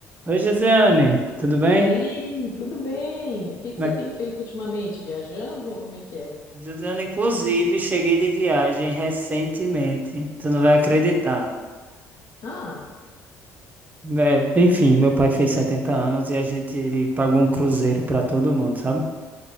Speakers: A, on the right; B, on the left.
A: Oi, Josiane, tudo bem?
B: E aí, tudo bem? O que que
A: Como
B: você
A: é-
B: tem feito ultimamente? Viajando ou como é que é?
A: Josiane, inclusive, cheguei de viagem recentemente. Tu não vai acreditar.
B: Ah,
A: É, enfim, meu pai fez 70 anos e a gente, ele pagou um cruzeiro pra todo mundo, sabe?